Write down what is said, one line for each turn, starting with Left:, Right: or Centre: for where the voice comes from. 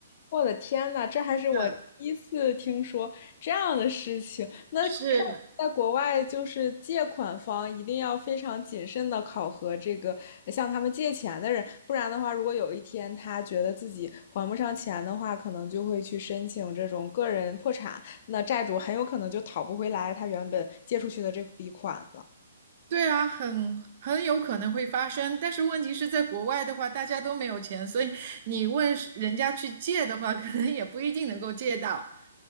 Left: 我的天呐，这还是我第一次听说这样的事情。
Right: 对，
Left: 那看
Right: 是，
Left: 在国外，就是借款方一定要非常谨慎的考核这个向他们借钱的人，不然的话，如果有一天他觉得自己还不上钱的话，可能就会去申请这种个人破产，那债主很有可能就讨不回来他原本借出去的这笔款了。
Right: 对啊，很很有可能会发生，但是问题是在国外的话，大家都没有钱，所以你问是人家去借的话，可能也不一定能够借到。